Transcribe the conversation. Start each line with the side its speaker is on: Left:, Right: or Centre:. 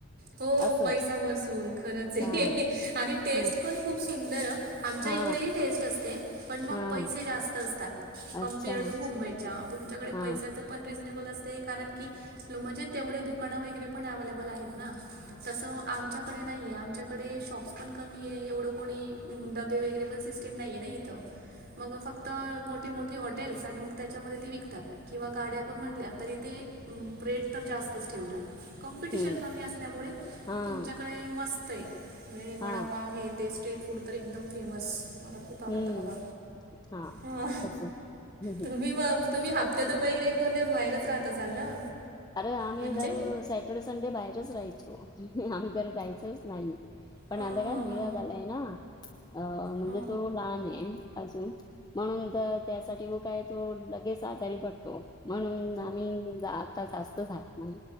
Right: हो
Left: असं
Right: पैसा
Left: आहे
Right: बसून खरंच आहे
Left: हा
Right: आणि टेस्ट
Left: हा
Right: पण खूप सुंदर अ. आमच्या
Left: हा
Right: इकडे हि टेस्ट असते. पण मग
Left: हा
Right: पैसे जास्त असतात, कम्पेअर
Left: अच्छा
Right: टू मुंबईच्या तुमच्याकडे
Left: हा
Right: पैसाच... पण रिजनेबल असते कारण की म्हणजे तेवढे दुकानं वगैरे पण अवलेबल आहेत ना. तस आमच्याकडे नाहीे आमच्याकडे शॉप्स पण कमी हे एवढं कोणी डबे वगैरे.. पण सिस्टीम नाही आहे ना इथ मग फक्त मोठीे मोठीे हॉटेल्स आणि मग त्याच्यामध्ये ते विकतात. किंवा गाड्या आपण म्हटल्या तरी ते रेट तर जास्तच ठेवणार. कॉम्पिटिशन
Left: हम्म
Right: कमी असल्यामुळे
Left: हा
Right: तुमच्याकडे मस्त आहे. मेणी वडापाव
Left: हा
Right: हे ते स्ट्रीट फूड तर एकदम फेमस. मला खूप आवडत
Left: हम्म
Right: बाबा
Left: हा
Right: अआआ
Left: तस हम्म हम्म
Right: तुम्ही म तुम्हीआप... त्यातून वगैरे एक दोन दिवस बाहेरच राहत असाल ना.
Left: अरे आम्ही
Right: म्हणजे?
Left: जर सॅटर्डे संडे बाहेरच राहायचो आम्ही घरी जायचोच नाही. पण
Right: हा
Left: आता काय
Right: हा
Left: मुलगा
Right: हा.
Left: झालाय ना अ म्हणजे
Right: हा.
Left: तो लहान हे अजून. म्हणून तर त्यासाठी व काय तो लगेच आजारी पडतो म्हणून आम्ही जात... जास्त झाात नाही